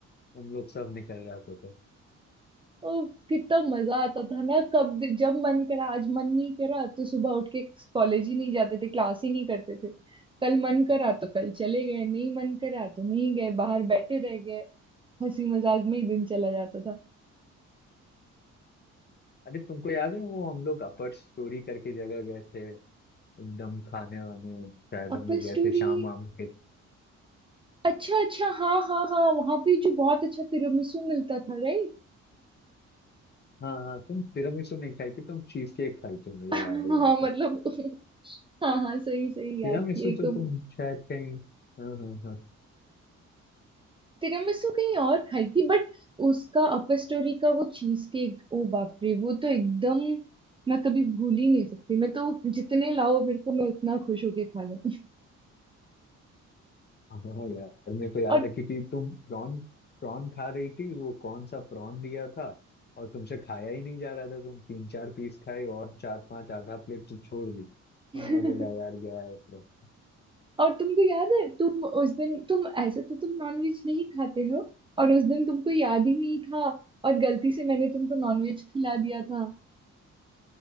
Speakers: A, on the left; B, on the right.
A: हम लोग सब निकल जाते थे
B: उफ, कितना मजा आता था ना कब जब मन करा आज मन नहीं करा तो सुबह उठ के कॉलेज ही नहीं जाते थे क्लास ही नहीं करते थे कल मन करा तो कल चले गए नहीं मन करा तो नहीं गए बाहर बैठे रह गए हंसी मजाक में ही दिन चला जाता था
A: अरे तुमको याद है वो हम लोग अपर स्टोरी करके जगह गए थे एकदम खाने वाने शायद
B: Upper
A: हम लोग गए
B: story
A: थे शाम वाम के
B: अच्छा अच्छा हाँ हाँ हाँ वहां पे जो बहुत अच्छा तिरामिसू मिलता था राइट
A: हाँ हाँ तुम तिरामिसू नहीं खाई थी तुम चीज केक खाई थी मुझे
B: <laughs>
A: याद है जहाँ
B: हाँ मतलब
A: तक
B: हाँ हाँ सही सही याद
A: तिरामिसू
B: किए
A: तो
B: तुम
A: तुम शायद कहीं हाँ हाँ हाँ।
B: तिरामिसू कहीं और खाई थी बट उसका अपर स्टोरी का वो चीज केक ओ बाप रे वो तो एकदम मैं कभी भूल ही नहीं सकती मैं तो जितने लाओ मेरे को मैं उतना खुश होके खा जाऊं
A: हाँ यार मेरे को याद
B: और
A: है क्योंकि तुम प्रॉन प्रॉन खा रही थी वो कौन सा प्रॉन दिया था और तुमसे खाया ही नहीं जा रहा था तुम तीन चार पीस खाए और चार पांच आधा प्लेट तो छोड़ दी
B: <laughs>
A: और मैं बोला यार गया है प्रॉन
B: और तुमको याद है तुम उस दिन तुम ऐसे तो तुम नॉनवेज नहीं खाते हो और उस दिन तुमको याद ही नहीं था और गलती से मैंने तुमको नॉनवेज खिला दिया था